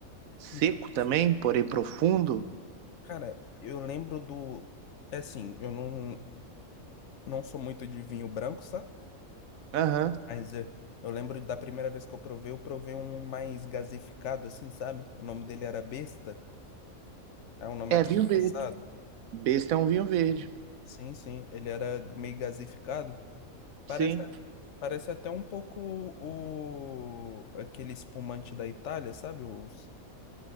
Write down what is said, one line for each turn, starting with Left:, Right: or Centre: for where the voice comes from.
Right: Seco
Left: Então,
Right: também, porém profundo.
Left: Cara, eu lembro do... É assim, eu não. Não sou muito de vinho branco, sabe?
Right: Aham.
Left: Mas eh, eu lembro da primeira vez que eu provei, eu provei um mais gasificado, assim, sabe? O nome dele era Besta. É um nome
Right: É
Left: até
Right: vinho
Left: engraçado.
Right: verde. Besta é um vinho verde.
Left: Sim, sim. Ele era meio gasificado. Parece,
Right: Sim.
Left: parece até um pouco o aquele espumante da Itália, sabe? Os,